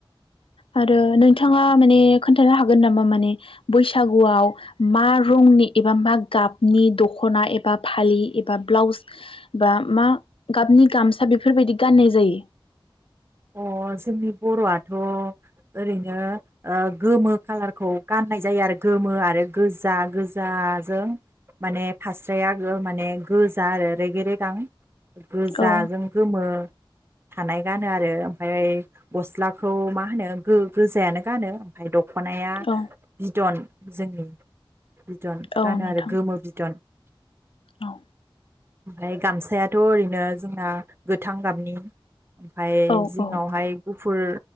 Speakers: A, on the left (about 75°); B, on the right (about 25°).
A: आरो नोंथाङा माने खोन्थानो हागोन नामा माने बैसागुआव मा रंनि एबा मा गाबनि दखना एबा फालि एबा ब्लाउस बा मा गाबनि गामसा बेफोरबायदि गाननाय जायो
B: अह जोंनि बर'आथ ओरैनो गोमो खाालारखौ गाननाय जायो आरो गोमो आरो गोजा गोजाजों माने फास्राया माने गोजा आरो रेगे रेगां गोजाजों
A: औ
B: गोमो थानाय गानो आरो ओमफ्राय गसलाखौ मा होनो गोजायानो गानो ओमफ्राय दख'नाया
A: औ
B: बिदन जोंनि बिदन
A: औ
B: गानो
A: नोंथां
B: आरो गोमो बिदन <inaudible> ओमफ्राय
A: औ
B: गामसायाथ' ओरैनो जोंना गोथां गाबनि ओमफ्राय
A: औ
B: जिङावहाय
A: औ
B: गुफुर